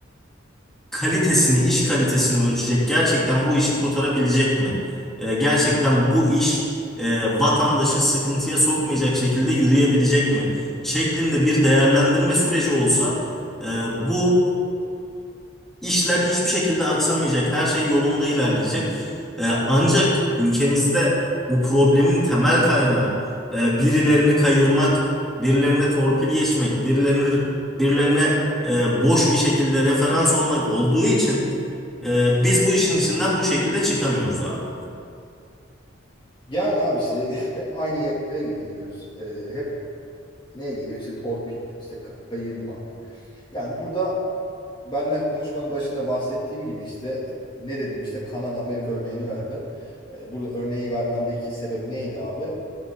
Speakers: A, in the centre; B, on the left.
A: kalitesini, iş kalitesini ölçecek. Gerçekten bu işi kotarabilecek mi? E, gerçekten
B: Hı hı.
A: bu iş e, vatandaşı sıkıntıya sokmayacak şekilde yürüyebilecek mi? Şeklinde bir değerlendirme süreci olsa e, bu e, işler hiçbir şekilde aksamayacak. Her şey yolunda ilerleyecek. E, ancak ülkemizde bu problemin temel kaynağı e, birilerini kayırmak, birilerine torpil geçmek, birilerini birilerine e, boş bir şekilde referans olmak olduğu için e, biz bu işin içinden bu şekilde çıkamıyoruz abi.
B: Yani abi işte <laughs> hep aynı yere geliyoruz. Ee, hep neye geliyor? İşte torpil, işte kayırmak. Yani burada benle konuşmanın başında bahsettiğim gibi işte ne dedim işte Kanada Amerika örneğini verdim. Ee, burada örneği vermemdeki sebep neydi abi?